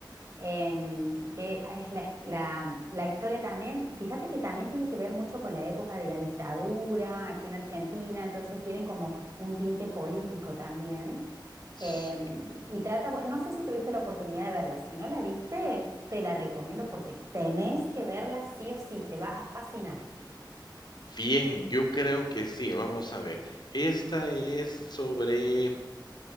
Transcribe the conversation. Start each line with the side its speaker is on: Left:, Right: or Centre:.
Right: em, que es la, la- la historia también, fíjate que también tiene que ver mucho con la época de la dictadura aquí en Argentina, entonces tienen como un tinte político también.
Left: Sí.
Right: em, y trata, bueno, no sé si tuviste la oportunidad de verla, si no la viste, te la recomiendo porque tenés que verla sí o sí, te va a fascinar.
Left: Bien, yo creo que sí. Vamos a ver. Esta es sobre